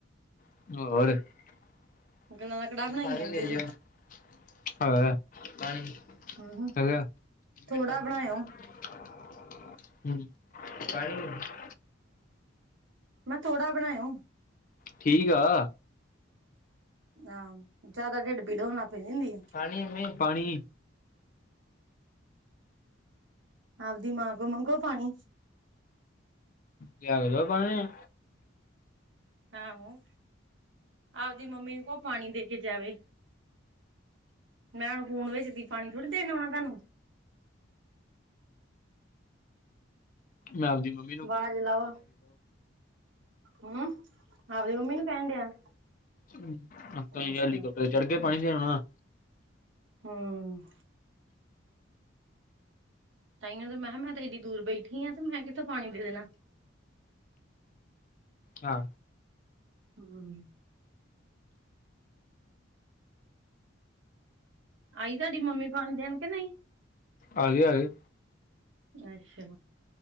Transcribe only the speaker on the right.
ਗੱਲਾਂ ਦਾ ਕੜਾਹ ਬਣਾਈ ਜਾਂਦੇ ਜੇ
ਹੂੰ ਥੋੜਾ
ਬਣਾਇਓ ਮੈਂ ਥੋੜਾ ਬਣਾਏਓ।
ਆਂ ਜਾਦਾ ਢਿੱਡ ਪੀੜ ਹੋਣ ਲਾ ਪੈਂਦੀ ਹੀ।
ਆਪਦੀ ਮਾਂ ਕੋ ਮੰਗੋ ਪਾਣੀ।
ਆਹਾ ਆਪਦੀ ਮੰਮੀ ਨੂੰ ਕੋ ਪਾਣੀ ਦੇ ਕੇ ਜਾਵੇ। ਮੈਂ ਹੁਣ ਫੂਨ ਵਿੱਚ ਦੀ ਪਾਣੀ ਥੋੜ੍ਹੀ ਦੇਣ ਔਣਾ ਤਾਨੂੰ।
ਵਾਜ ਲਾਔ ਹਮ ਆਪਦੀ ਮੰਮੀ ਨੂੰ ਕੈਣ ਡਿਆ।
ਅੱਛਾ
ਫਿਰ
ਠੀਕ
ਆ।
ਹਮ। ਤਾਈਓ ਤੇ ਮੈਹਾ ਮੈਂ ਤੇ ਏਡੀ ਦੂਰ ਬੈਠੀ ਆਂ। ਤੇ ਮੈਂ ਕਿੱਥੋਂ ਪਾਣੀ ਦੇ ਦੇਣਾ।
ਹਮ। ਆਈ ਤਾਡੀ ਮੰਮੀ ਪਾਣੀ ਦੇਣ ਕੇ ਨ ਈ?
ਅੱਸ਼ਾ।